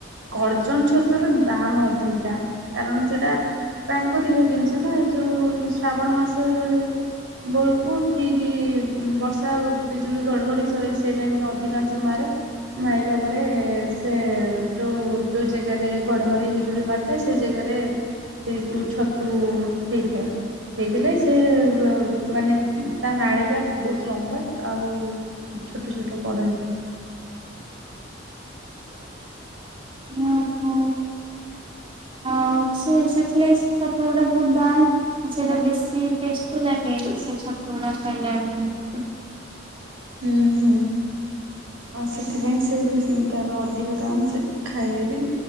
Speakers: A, on the right (about 85°); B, on the right (about 30°).
A: ଗର୍ଜନ ଛତୁର ଦାମ ଅଧିକା କାରଣ ସେଟା ପ୍ରାକୃତିକ ଜିନିଷ ନା ଯୋଉ ଶ୍ରାବଣ ମାସ ବଳୁକୁ ଠିକ୍ ବର୍ଷା ବିଜୁଳି ଘଡ଼ଘଡ଼ି ସଏ ସେଇ ଟାଇମରେ ଅଧିକାଂଶ ମାରେ। ମାଏନା ତାପରେ ସେ ଯୋଉ ଯୋଉ ଜାଗାରେ ଘଡ଼ଘଡ଼ି ବିଜୁଳି ମାରିଥାଏ ସେ ଜାଗାରେ ସେଇ ଯୋଉ ଛତୁ ହେଇଥାଏ। ହେଇଥିଲେ ସେ ମାନେ ତା ନାଡି ଟା ବହୁତ ଲମ୍ବା ଆଉ ଛୋଟ ଛୋଟ କଢ ହେଇଥାଏ।
B: ୱହଁ।
A: <inaudible>
B: ଆଉ ସେ ସେଥିଲାଗି ଛତୁ ଗୁଡା ବହୁତ ଦାମ ଆଉ ସେଟା ଭେଶୀ ଟେଷ୍ଟି ଲାଗେ <unintelligible> <unintelligible> ଖାଇଲା ବେଳକୁ
A: ଉଁ ହୁଁ। ଆଉ ସେଥିପାଇଁ ସେ ରିନସ ତାର ଅଧିକ ଦାମ ସେ ଖାଇଲେ ବି